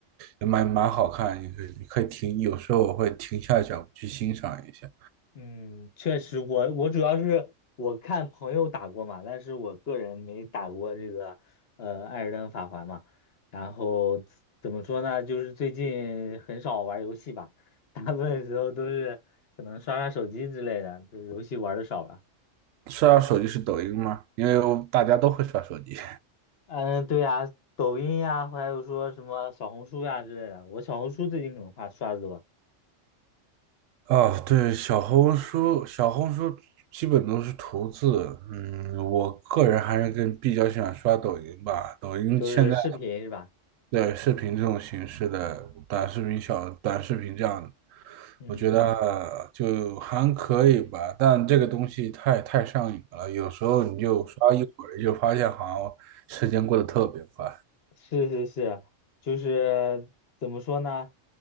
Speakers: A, on the right; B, on the left.
A: 也蛮蛮好看，你可以你可以停，有时候我会停下脚步去欣赏一下。
B: 嗯，确实我，我主要是我看朋友打过嘛，但是我个人没打过这个呃《艾尔登法环》嘛。然后怎么说呢，就是最近很少玩游戏吧，<laughs> 大部分时候都是可能刷刷手机之类的，这游戏玩的少了。
A: 刷手机是抖音吗？因为我大家都会刷手机。
B: 嗯，对呀，抖音呀，还有说什么小红书呀之类的，我小红书最近可能刷刷的多，
A: 啊，对，小红书，小红书基本都是图字。嗯，我个人还是更比较喜欢刷抖音吧。抖音现在
B: 就是视频是吧？
A: 的视频这种形式的短视频小、短视频这样的，
B: 嗯。
A: 我觉得呃就还可以吧。但这个东西太太上瘾了，有时候你就刷一会儿，就发现好像时间过得特别快。
B: 是是是，就是怎么说呢？